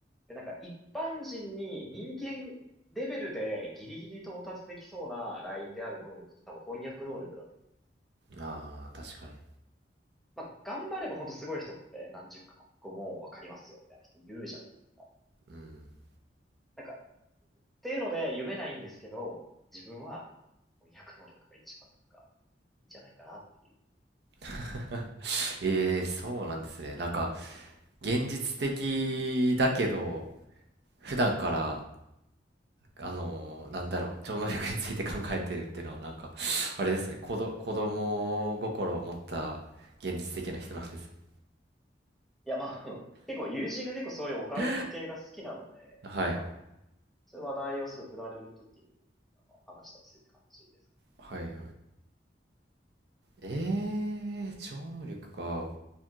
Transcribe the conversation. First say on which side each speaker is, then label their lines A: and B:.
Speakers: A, in the centre; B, on the right (about 65°).
A: で、なんか一般人に人間レベルでギリギリ到達できそうなラインである能力って多分翻訳能力だと思う。
B: ああ、確かに。
A: まあ、頑張れば本当すごい人って何十カ国語もわかりますよみたいな人いるじゃないですか。
B: うん。
A: なんか、っていうので夢ないんですけど、自分は翻訳能力が一番なんかいいんじゃないかなっていう
B: <laughs>
A: ところで。
B: ええーそうなんですね。なんか、現実的だけど、普段から、あのーなんだろう、超能力について考えてるっていうのは、なんか、あれですね、子ど、子供心を持った現実的な人なんですね。
A: いや、まあ、<laughs> 結構友人が結構そういうオカルト系が好きなので、
B: <laughs> はい。
A: なんか、そういう話題をすぐ振られるときに話したりするって感じですか
B: はいはい。ええー超能力か。